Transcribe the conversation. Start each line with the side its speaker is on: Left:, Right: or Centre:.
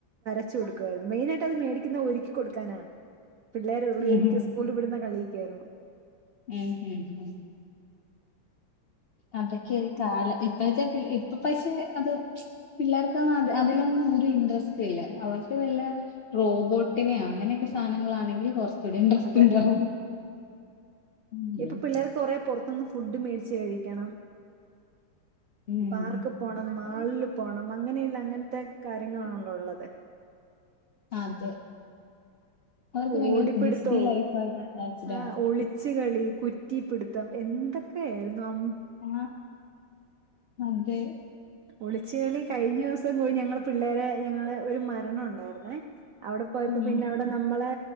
Right: വരച്ചു കൊടുക്കായിരുന്നു മെയിനാ യിട്ട് അത് മേടിക്കുന്ന ഒരുക്കി കൊടുക്കാനാണ് പിള്ളേര് ഉ
Left: ഉം
Right: ഒരിക്കി സ്കൂളിൽ വിടുന്ന കളി കേറണം
Left: ഉം ഉം ഉം അതൊക്കെ ഒരു കാലം ഇപ്പോഴത്തെ ഇപ്പ പക്ഷെ അത് പിള്ളേർക്കൊന്നും അ അതിലൊന്നും ഒരു ഇൻട്രസ്റ്റ് ഇല്ല അവർക്ക് കുറല്ല റോബോട്ടിനെ അങ്ങനെയൊക്കെ സാധനങ്ങളാണെങ്കിൽ കുറച്ച് - കുറച്ച് കൂ ടെ ഇൻട്രസ്റ്റ്
Right: അത്
Left: ഉണ്ടാവും ഉം
Right: ഇപ്പൊ പിള്ളേർക്ക് കുറെ പുറത്തുനിന്ന് ഫുഡ് മേടി ച്ച് കഴിക്കണം
Left: ഉം
Right: പാർക്ക് പോണം മാളിൽ പോണം അങ്ങനെയുള്ള അങ്ങനത്തെ കാര്യങ്ങളാണല്ലോ ഉള്ളത്
Left: അതെ അവർക്ക് ഭയങ്കര
Right: ഓടിപ്പിടുത്തോ
Left: ബിസി ലൈഫായിട്ട് അറ്റാച്ച്ഡ്
Right: ആ
Left: ആണ്
Right: ഒളിച്ച കളി കുറ്റിപിടുത്തം എന്തൊക്കെയ ആയിരുന്നു അ
Left: ആ അതേ
Right: ഒളിച്ച കളി കഴിഞ്ഞ ദിവസം കൂടി ഞങ്ങള് പിള്ളേരെ ഞങ്ങള് ഒരു മരണം ഉണ്ടായിരുന്നേ അവിടെ പോയപ്പോ
Left: ഉം,
Right: പിന്നെ അവിടെ നമ്മളെ